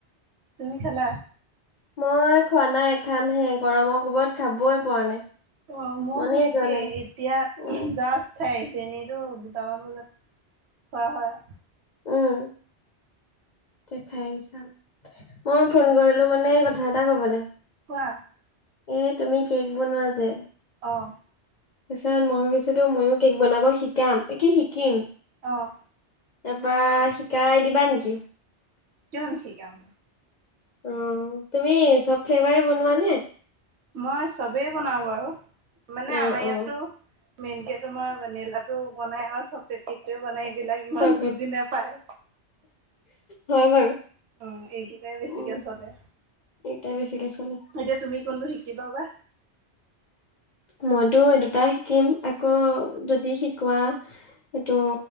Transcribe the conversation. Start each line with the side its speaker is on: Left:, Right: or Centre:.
Right: তুমি খালা?
Left: মই খোৱা নাই খাম হে গৰমৰ কোবত খাবই পৰা নাই
Right: অহ, মইও
Left: মনেই
Right: সই একেই
Left: যোৱা নাই।
Right: এতিয়া
Left: উম,
Right: জাষ্ট খাই আহিছে এনেইতো দুটামান বজাত খোৱা হয়
Left: উম দেখাই আহিছা মইও ফোন কৰিলো মানে কথা এটা কবলে
Right: কোৱা
Left: এই তুমি কে'ক বনোৱা যে
Right: অহ
Left: পিছত মই ভাবিছিলো ময়ো কে'ক বনাব শিকাম কি শিকিম।
Right: অহ
Left: তাৰপৰা শিকাই দিবা নেকি?
Right: কিয় নিশিকাম
Left: অহ, তুমি চব ফ্লেভাৰ বনোৱা নে?
Right: মই চবেই বনাও বাৰু মানে
Left: অ
Right: আমাৰ
Left: অ
Right: ইয়াততো মেইন কে তোমাৰ লাডু টো বনাই আৰু চকলেট কেক টোৱে বনাই বিলাক ইমান
Left: চকলেট
Right: বুজি নাপায়।
Left: হয় বাৰু।
Right: উম! সেইকেইটাই বেছিকে
Left: উম
Right: চলে।
Left: এইকেইটা বেছিকে চলে
Right: এতিয়া তুমি, কোনটো শিক কিবা বা
Left: মইতো এই দুটাই শিকিম। আকৌ যদি শি কোৱা! এইটো